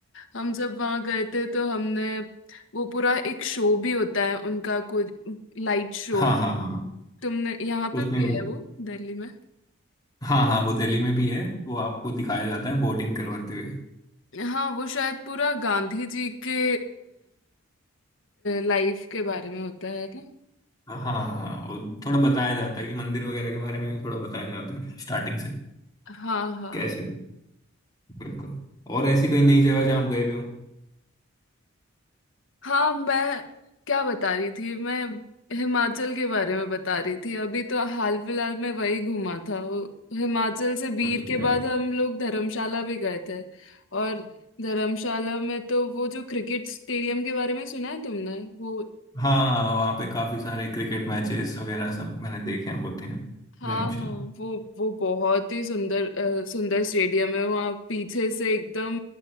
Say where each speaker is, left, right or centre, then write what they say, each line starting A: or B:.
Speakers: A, on the left; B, on the left.
A: हम जब वहां गए थे तो हमने वो पूरा एक शो भी होता है उनका कुछ लाइट शो
B: हाँ हाँ हाँ
A: तुमने यहाँ
B: उसमें
A: पे भी
B: वो
A: है वो दिल्ली में
B: हाँ हाँ वो दिल्ली में भी है वो आपको दिखाया जाता है बोटिंग करवाते हुए
A: हाँ वो शायद पूरा गांधी जी के लाइफ के बारे में होता है ना
B: हाँ हाँ वो थोड़ा बताया जाता है कि मंदिर वगैरह के बारे में भी थोड़ा बताया जाता है स्टार्टिंग से
A: हाँ हाँ
B: कैसे बिल्कुल और ऐसी कोई नई जगह जहाँ आप गए भी हो
A: हाँ मैं क्या बता रही थी मैं हिमाचल के बारे में बता रही थी अभी तो हाल फिलहाल में वही घूमा था वो- हिमाचल से बीर
B: अच्छा
A: के बाद हम लोग धर्मशाला भी गए थे और धर्मशाला में तो वो जो क्रिकेट स्टेडियम के बारे में सुना है तुमने वो
B: हाँ वहाँ पे काफी सारे क्रिकेट मैचेस वगैरह सब मैंने देखे हैं होते हैं
A: हाँ
B: धर्मशाला
A: हाँ वो वो बहुत ही सुंदर अ, सुंदर स्टेडियम है वहाँ पीछे से एकदम